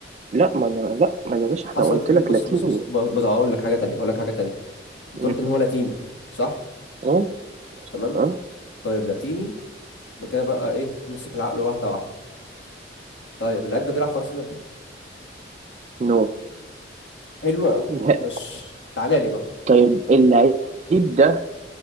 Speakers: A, on the right (about 35°); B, on the left (about 80°).
A: لا ما أنا لا ما يا باشا
B: حصل
A: احنا قلت
B: فيه
A: لك
B: بص
A: لاتيني
B: بص بص بص, بص اقول لك حاجه تانية اقول لك حاجه تانية انت
A: مم.
B: قلت ان هو لاتيني صح
A: اه
B: تمام
A: اه
B: طيب لاتيني يبقى كده بقى ايه نمسك العقل واحده واحده طيب اللعيب ده بيلعب في ارسنال
A: نو
B: حلو قوي
A: لا
B: مش تعالى لي بقى
A: <laughs> طيب اللعيب ده